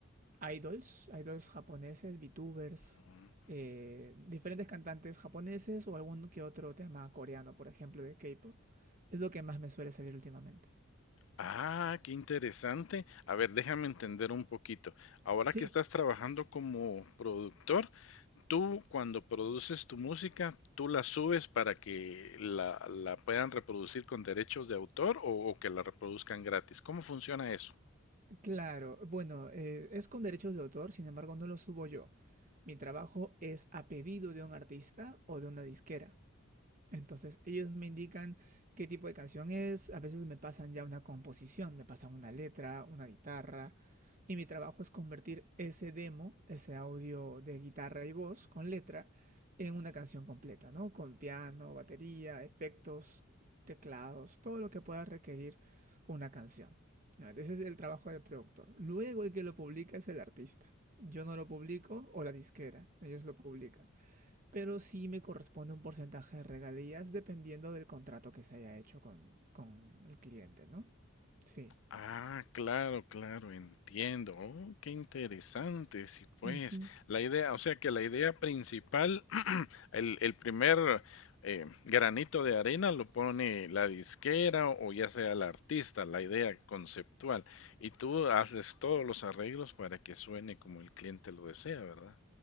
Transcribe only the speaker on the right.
idols, idols japoneses, VTubers,
eh, diferentes cantantes japoneses o algún que otro tema coreano, por ejemplo, de K-pop. Es lo que más me suele salir últimamente.
Sí.
Claro, bueno, eh, es con derechos de autor, sin embargo, no lo subo yo. Mi trabajo es a pedido de un artista o de una disquera. Entonces ellos me indican qué tipo de canción es, a veces me pasan ya una composición, me pasan una letra, una guitarra, y mi trabajo es convertir ese demo, ese audio de guitarra y voz con letra, en una canción completa, ¿no? Con piano, batería, efectos, teclados, todo lo que pueda requerir una canción. Ese es el trabajo del productor. Luego el que lo publica es el artista. Yo no lo publico o la disquera, ellos lo publican pero sí me corresponde un porcentaje de regalías dependiendo del contrato que se haya hecho con, con el cliente, ¿no? Sí.
Ujú.